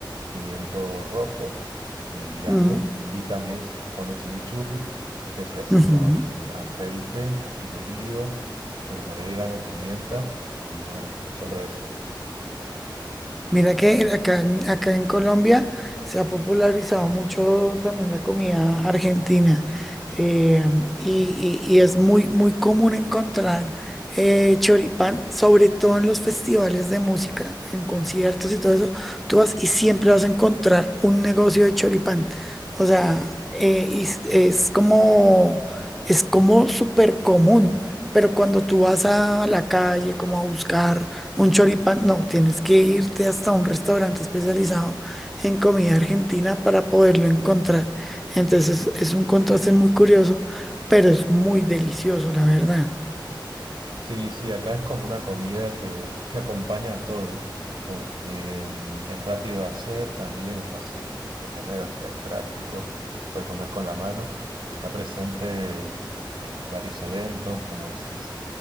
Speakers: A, on the right; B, in the centre.
A: pimiento rojo y ajo.
B: Mm,
A: Y también se pone chimichurri, que se hace
B: ujú.
A: con aceite, ají molido, eh, orégano, pimienta y bueno, solo eso.
B: Mira que acá, en- acá en Colombia se ha popularizado mucho también la comida argentina eh, y, y- y es muy, muy común encontrar eh, choripán, sobre todo en los festivales de música, en conciertos y todo eso. Tú vas y siempre vas a encontrar un negocio de choripán. O sea, eh, y es, es como, es como súper común, pero cuando tú vas a la calle como a buscar un choripán, no, tienes que irte hasta un restaurante especializado en comida argentina para poderlo encontrar. Entonces es, es un contraste muy curioso, pero es muy delicioso, la verdad.
A: Sí, sí, acá es como una comida que, que acompaña a todo, porque mm, es rápido de hacer, también es fácil de comer, o sea, es práctico, se puede comer con la mano y está presente en varios eventos, como decís,